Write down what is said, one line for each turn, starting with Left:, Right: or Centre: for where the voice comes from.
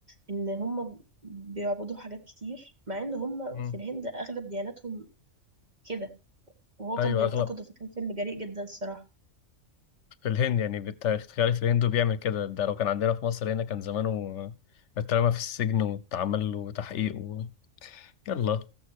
Right: ان هم بيعبدوا حاجات كتير مع ان هم
Left: ده
Right: في الهند اغلب دياناتهم كده وهو
Left: ايوه
Right: كان بينتقده
Left: اغلب
Right: فكان فيلم جريء جدا الصراحه
Left: في الهند يعني بتخيل في الهند بيعمل كده ده لو كان عندنا في مصر هنا كان زمانه اترمى في السجن واتعمل له تحقيق و... يلا